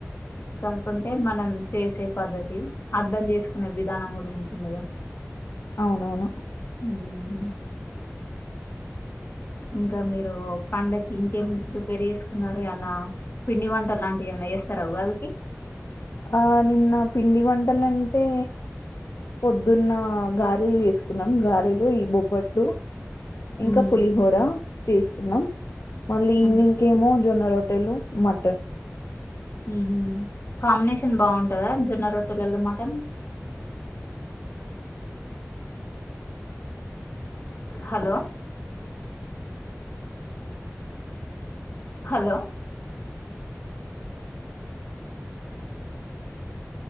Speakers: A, on the left (about 45°); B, on the left (about 70°).
A: అనుకుంటే మనం చేసే పద్ధతి అర్ధం చేసుకునే విధానం కూడా ఉంటుందిగా.
B: అవునవును
A: హ్మ్. ఇంకా మీరు పండకి ఇంకేం ప్రిపేర్ చేసుకున్నారు ఏమన్నా పిండి వంట లాంటివి ఏమైన్నా చేస్తారా ఉగాదికి.
B: ఆ నిన్న పిండి వంటలుంటే పొద్దున్న గారెలు చేసుకున్నాం గారెలు ఈ బొబ్బట్లు
A: హ్మ్.
B: ఇంకా పులిహోర చేసుకున్నాం మళ్ళీ
A: హ్మ్.
B: ఈవినింగ్ కి ఏమో జొన్న రోట్టెలు మటన్
A: ఉమ్ హూ కాంబినేషన్ బాగుంటందా జొన్న రొట్టెల్లల మటన్ హలో హలో